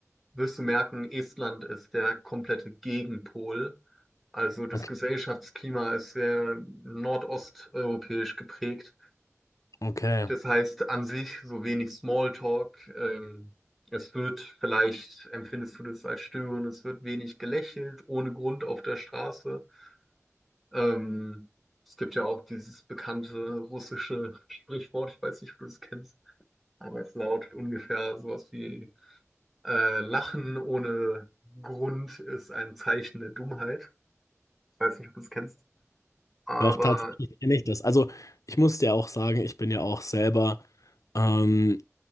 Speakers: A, in the centre; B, on the left.
A: wirst du merken, Estland ist der komplette Gegenpol. Also das
B: Okay.
A: Gesellschaftsklima ist sehr nordosteuropäisch geprägt.
B: Okay.
A: Das heißt an sich so wenig Smalltalk. Ähm, es wird vielleicht, empfindest du das als störend, es wird wenig gelächelt, ohne Grund auf der Straße. Ähm, es gibt ja auch dieses bekannte russische Sprichwort, ich weiß nicht, ob du das kennst, aber es lautet ungefähr sowas wie äh, Lachen ohne Grund ist ein Zeichen der Dummheit. Ich weiß nicht, ob du das kennst. Aber
B: Doch, tatsächlich kenne ich das. Also, ich muss dir auch sagen, ich bin ja auch selber. Ähm,